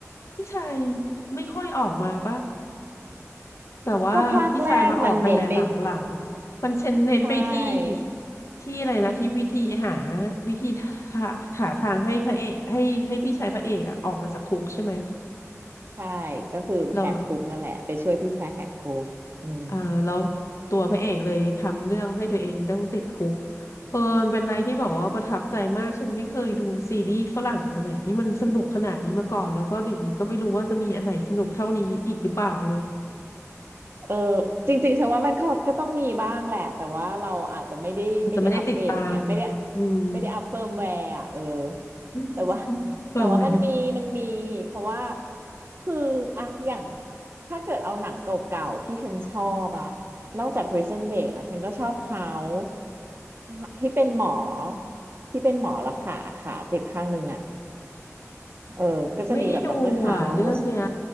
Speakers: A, on the left; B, on the right.
A: พี่ชายไม่ค่อยออกมาปะ แต่ว่าพี่ชายมาออกไปแหละหลังหลัง
B: ก็ภาคแรกมันเน้นไป
A: มันเน้นไปที่
B: ใช่
A: ที่อะไรนะที่วิธีหาวิธีหาหาทางให้พระเอกให้ให้พี่ชายพระเอกอะออกมาจากคุกใช่ไหม
B: ใช่ก็คือแหกคุกนั่นแหละไปช่วยพี่ชายแหกคุกอืม
A: แล้วเอ่อแล้วตัวพระเอกเลยทำเรื่องให้ตัวเองต้องติดคุกเออมันเป็นอะไรที่แบบว่าประทับใจมากฉันไม่เคยดูซีรีส์ฝรั่งอะไรที่มันสนุกขนาดนี้มาก่อนแล้วก็เดี๋ยวนี้ก็ไม่รู้ว่าจะมีอันไหนสนุกเท่านี้อีกหรือเปล่าเลย
B: เออจริงๆฉันว่ามันก็ก็ต้องมีบ้างแหละแต่ว่าเราอาจจะไม่ได้ไม่ได้อัปเดตไงไม่ได้
A: อาจจะไม่ได้ติดตามอืม
B: ไม่ได้อัปเฟิร์มแวร์อ่ะเออ
A: <laughs>
B: แต่ว่า
A: เฟิร์มไหม
B: แต่ว่ามันมีมันมีเพราะว่าคืออะอย่างถ้าเกิดเอาหนังเก่าๆที่ฉันชอบอะนอกจาก Prison Break อะฉันก็ชอบ House ที่เป็นหมอที่เป็นหมอละค่ะขาเจ็บข้างหนึงอะเออก็จะมีแบบ
A: ไม่ได้ดูอ่ะเรื่องเนี้ย
B: d เตอร r House